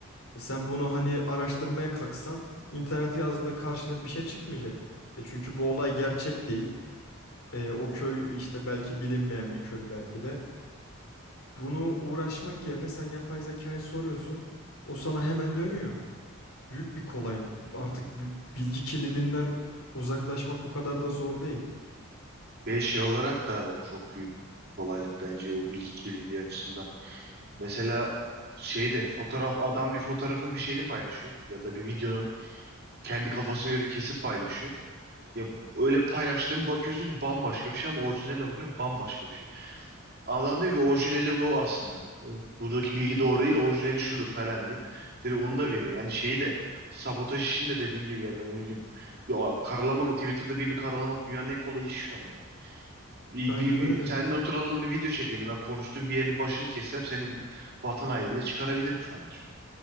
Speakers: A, on the left; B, on the right.
A: E sen bunu hani araştırmaya kalksan internete yazdığında karşına bir şey çıkmayacak. E çünkü bu olay gerçek değil. E, o köy işte belki bilinmeyen bir köy belki de. Bunu uğraşmak yerine sen yapay zekayı soruyorsun. O sana hemen dönüyor. Büyük bir kolaylık. Artık
B: E,
A: bi- bilgi kirliliğinden uzaklaşmak o kadar da zor değil.
B: Ve şey olarak da çok büyük kolaylık bence o bilgi kirliliği açısından. Mesela şeyde fotoğraf adam bir fotoğrafın bir şeyini paylaşıyor ya da bir videonun kendi kafasına göre kesip paylaşıyor. Ya öyle paylaştığım bakıyorsun ki bambaşka bir şey ama orijinale bakıyorum bambaşka bir şey. Adam diyor ki orijinali bu aslında. Buradaki bilgi doğru değil, orijinali şudur falan diye. Direkt onu da veriyor. Yani şeyi de sabotaj işini de dediğin gibi ya da ne bileyim ya karalamak Twitter'da birini karalamak dünyanın en kolay işi şu anda. yani. Bir,
A: Aynen
B: bir, bir-
A: öyle.
B: seninle oturalım bir video çekelim. Ben konuştuğum bir yerin başını kessem seni vatan haini bile çıkarabilirim şu anda çünkü.